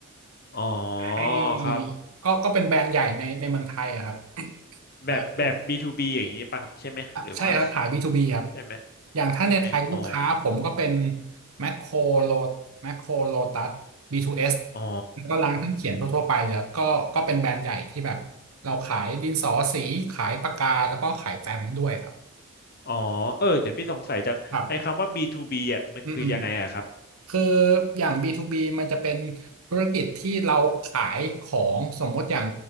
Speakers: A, on the left (about 45°); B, on the right (about 85°).
A: อ๋อ
B: ให้
A: ครับ
B: ก็ก็เป็นแบรนด์ใหญ่ในในเมืองไทยอะครับ
A: แบบแบบ
B: แล้ว
A: B2B อย่างนี้ป่ะครับใช่ไหมหรือว่า
B: ใช่ครับขาย B2B ครับ
A: ใช่ไหม
B: อย่างถ้าในไทยลูกค้าผมก็เป็น
A: ใช่ไหมอ๋อ
B: แมคโครโลแมคโครโลตัส B2S
A: อ๋อ
B: แล้วก็ร้านเครื่องเขียนทั่วๆไปเลยครับก็ก็เป็นแบรนด์ใหญ่ที่แบบเราขายดินสอสีขายปากกาแล้วก็ขายแฟ้มด้วยครับ
A: อ๋อเออแต่พี่สงสัยจังไอ้คำว่า
B: ครับ
A: B2B อ่ะมันคือยังไงอะครับ
B: อืมอืม คืออย่าง B2B มันจะเป็นธุรกิจที่เราขายของสมมติอย่าง